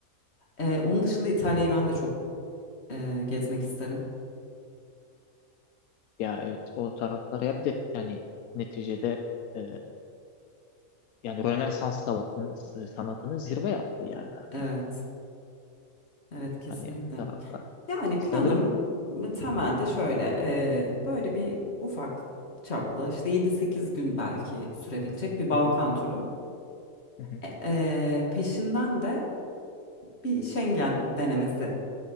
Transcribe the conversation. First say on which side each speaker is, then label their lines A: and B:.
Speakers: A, on the left; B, on the left.
A: Ee, onun dışında İtalya'yı ben de çok e, gezmek isterim.
B: Ya evet o taraflar ya bir de yani neticede e, yani Rönesans sanatının sanatının zirve yaptığı yerler
A: Evet,
B: ya.
A: evet kesinlikle.
B: Hani o taraflar.
A: Yani planım
B: Sanırım
A: temelde şöyle, e, böyle bir ufak çaplı işte yedi sekiz gün belki sürebilecek bir Balkan
B: hı hı,
A: turu.
B: hı hı,
A: E, e, peşinden de bir Schengen denemesi